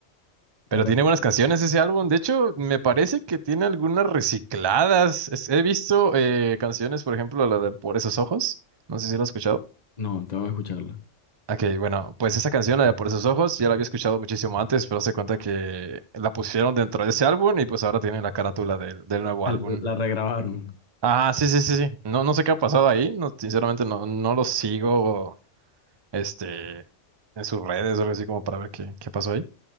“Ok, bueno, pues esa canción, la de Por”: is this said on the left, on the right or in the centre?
Right